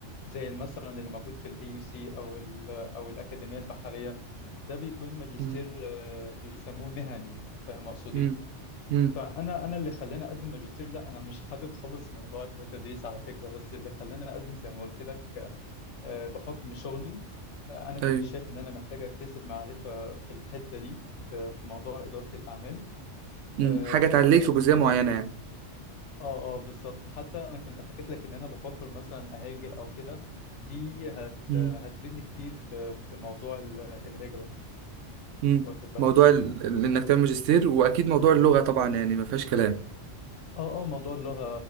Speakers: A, on the left (about 75°); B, on the right (about 80°).
A: زي مثلا اللي موجود في الاي يو سي او ال او الاكاديمية البحرية ده بيكون ماجستير
B: مم.
A: آه، بيسموه مهني فاهم اقصد
B: مم.
A: ايه
B: مم.
A: فانا انا اللي خلاني اقدم ماجستير لا انا مش حابب خالص موضوع التدريس على فكره بس اللي خلاني اقدم زي ما قلت لك آه، بحكم شغلي آه، انا كنت
B: ايوه
A: شايف ان انا محتاج اكتسب معرفه في الحته دي آه، في موضوع اداره الاعمال
B: مم.
A: آه،
B: حاجه تعليك في
A: ده
B: جزئيه معينه
A: زائد
B: يعني
A: اه اه بالظبط حتى انا كنت حكيت لك ان انا بفكر مثلا اهاجر او كده دي هت
B: مم.
A: هتفيدني كتير في في موضوع ال- الهجره
B: مم.
A: واخد بالك
B: موضوع ال... ال- انك تعمل ماجستير واكيد موضوع اللغه طبعا يعني ما فيهاش كلام
A: اه اه موضوع اللغة